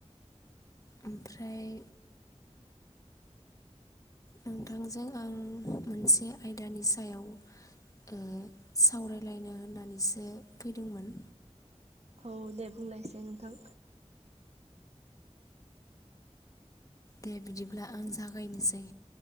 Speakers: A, on the left (about 30°); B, on the right (about 65°).
A: ओमफ्राय नोंथांजों आं मोनसे आयदानि सायाव ओ सावरायलायनो होननानैसो फैदोंमोन।
B: औ दे बुंनायसाय नोंथां।
A: दे बिदिब्ला आं जागायनोसै